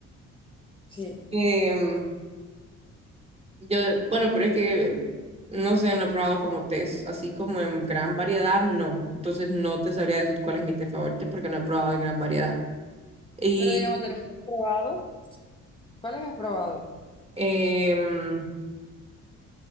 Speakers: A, on the left (about 15°); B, on the right (about 20°).
A: Sí.
B: Em, yo, bueno, pero es que no sé, no he probado como tés, así como en gran variedad, no. Entonces no te sabría decir cuál es mi té favorito porque no he probado en gran variedad. Y...
A: Pero digamos, de los que has probado, ¿cuáles has probado?
B: em,